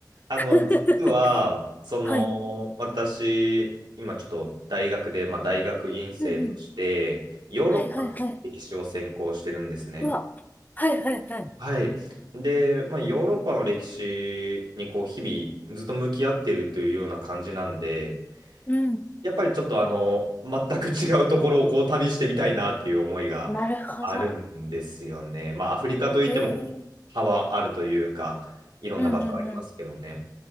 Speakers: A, on the right; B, on the left.
A: あの、
B: <laughs>
A: 実は、その、
B: はい。
A: 私、今ちょっと大学で、まあ、大学院生として、
B: うんうん。
A: ヨーロッパの歴史を専攻してるんですね。
B: はいはいはい。うわ、はいはいはい。
A: はい。で、まあ、ヨーロッパの歴史にこう、日々ずっと向き合ってるというような感じなんで、
B: うん。
A: やっぱりちょっとあの、全く違うところをこう旅してみたいなっていう思いがあるんですよね。
B: なるほど。
A: まあ、アフリカといってもこう幅あるというか、
B: へえ。
A: いろんな場所ありますけどね。
B: うんうんうん。